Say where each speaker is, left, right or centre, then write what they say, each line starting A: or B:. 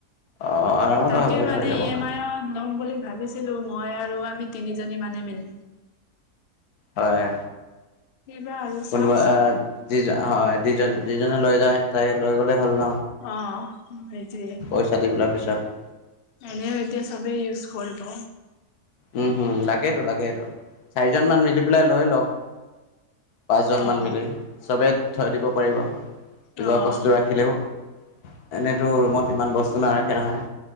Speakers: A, on the left; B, on the left.
A: অ আৰামত
B: তাকে
A: হৈ
B: মানে
A: হৈ যাব
B: ই এ
A: ন
B: মাইয়ত ল'ম বুলি ভাবিছ ছিলো মই আৰু আমি তিনিজনী মানে মিলি।
A: হয়।
B: সেইবাৰ আৰু
A: কোনোবা
B: চাওচোন
A: আ, যিজ হয় যিজন যিজনে লৈ যায় তাইয়ে লৈ গ'লে হ'ল ন।
B: অ, সেইটোয়ে।
A: পইচা দি পেলাৰ পিছত
B: এনেও এতিয়া চবে ইউজ কৰিব।
A: উম, হম লাগেটো লাগেটো, চাৰিজন মান মিলি পেলাই লৈ লওক। পাঁচজন
B: অ
A: মান মিলি চবে থৈ দিব পাৰিব কিবা
B: অ',
A: বস্তু ৰাখিলেও, এনেইতো ৰুমত ইমান বস্তু নাৰাখে নহয়।